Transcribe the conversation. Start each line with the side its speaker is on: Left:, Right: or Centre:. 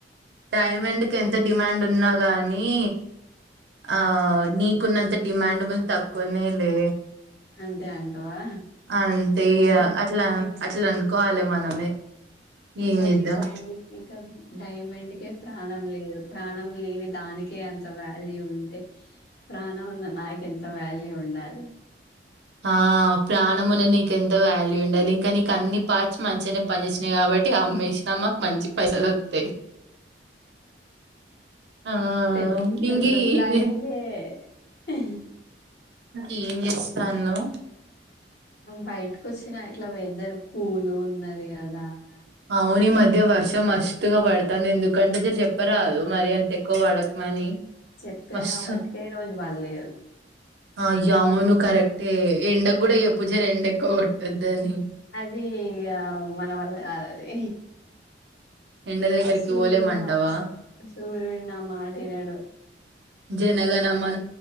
Right: డైమండ్కిి ఎంత డిమాండ్ ఉన్నా గానీ ఆ నీకున్నంత డిమాండ్ ముందు తక్కువనే లే
Left: అంతే అంటావా
Right: అంతే ఇగా
Left: ఇంకా
Right: అట్లా
Left: ఇం
Right: అట్లా కాాల మనమే
Left: ఇంకా
Right: ఏం చేద్దాం
Left: మాండ్ ఇంకా డైమండ్కే ప్రాణం లేదు ప్రాణం లేని దానికే అంత వాల్యూ ఉంటే ప్రాణం నాక ఎంత వాల్యూ ఉండాలి
Right: ఆ ప్రాణమునే నీకు ఎంతో వాల్యూ ఉండాలి ఇంకా నీకు అన్ని పార్చ్ మంచిగానే పనిచచ్చినాయి కాబట్టి అమష్ నా మాకు మంచి పైసల్ వస్తాయి ఆ
Left: పె పెద్ద
Right: ఇంక
Left: ప్లానింగ్
Right: ఏం
Left: ఏ అ
Right: ఇంకా ఎం చేస్తున్నానవ్
Left: బయటకు వచ్చినా ఇట్లా వెదర్ కూలు ఉన్నది కదా అని
Right: అవును ఈ మధ్య వర్త సో మస్స్తుగా పాడుతాం ఎందుకంటే చెప్పరాదు మరి అంత ఎక్కువ పడకమని
Left: చెప్పాను
Right: మస్తు
Left: కాబటికే ఈ రోజు వాళ్ళ లేదు
Right: ఆయా అవును కరెక్టే ఎండకు కూడా చెప్పు జరా ఏడ ఎక్కువ కొట్టదిని
Left: అది ఇకా మన వల్ల కాదది
Right: ఎండ దగ్గరికి
Left: సూర్యుడు
Right: పోలేమంటావా
Left: మా సూర్యుడు నా మాట వినడు
Right: జేనగానమా